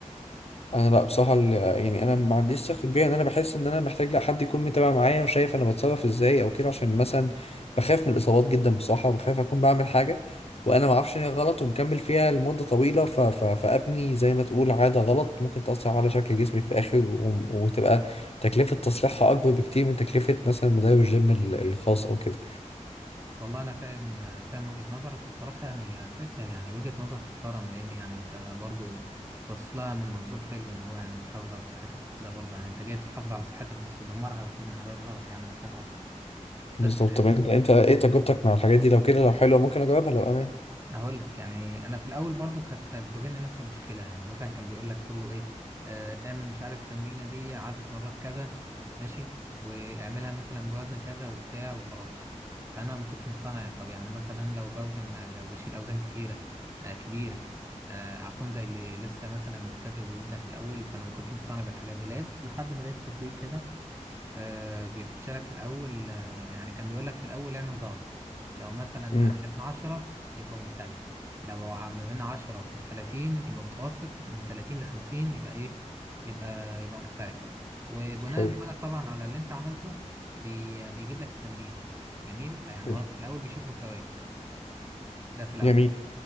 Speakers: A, on the left; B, on the right.
A: انا لا بصراحه ال- يعني انا ما عنديش ثقه كبيره ان انا بحس ان انا محتاج لا حد يكون متابع معايا وشايف انا بتصرف ازاي او كده عشان مثلا بخاف من الاصابات جدا بصراحه وبخاف اكون بعمل حاجه وانا ما اعرفش ان هي غلط ومكمل فيها لمده طويله ف... ف... فابني زي ما تقول عاده غلط ممكن تاثر على شكل جسمي في الاخر و... وتبقى تكلفه تصليحها اكبر بكتير من تكلفه مثلا مدرب الجيم ال- الخاص او كده
B: والله انا فاهم فاهم وجهة نظرك والصراحه يعني هي فكره يعني وجهة نظر تحترم لان يعني انت برضو بص لها من منظور حلو ان هو يعني تحافظ على صحتك وكده برضه يعني انت جاي تحافظ على صحتك مش تدمرها وتبني عادات غلط يعني انا فاهم قصدك
A: بالظبط
B: بس
A: طب انت انت ايه تجربتك مع الحاجات دي لو كده لو حلوه ممكن اجربها لو امان
B: هقول لك يعني انا في الاول برضو كانت بتواجهني نفس المشكله يعني مثلا كان بيقول لك كله ايه آه، اعمل مش عارف التمرينه دي عدد مرات كذا ماشي واعملها مثلا بوزن كذا وبتاع وخلاص فانا ما كنتش مقتنع طب يعني مثلا لو بوزن آه، لو بشيل اوزان كتيره آه، كبيره آه، هكون زي اللي لسه مثلا مبتدئ وبيبدا في الاول فانا ما كنتش مقتنع بالحاجات دي لقيت لحد ما لقيت تطبيق كده آه، بيخش لك في الأول آه، يعني كان بيقول لك في الأول اعمل ضغط لو مثلا
A: امم
B: أقل من عشرة يبقى مبتدئ لو ع- ما بين عشرة لتلاتين يبقى متوسط من تلاتين لخمسين يبقى إيه يبقى يبقى محترف وبناء
A: حلو
B: بقى طبعا على اللي أنت عملته بي بيجيب لك التمرين جميل فيعني
A: حلو
B: هو في الأول بيشوف مستواك ده في الأول
A: جميل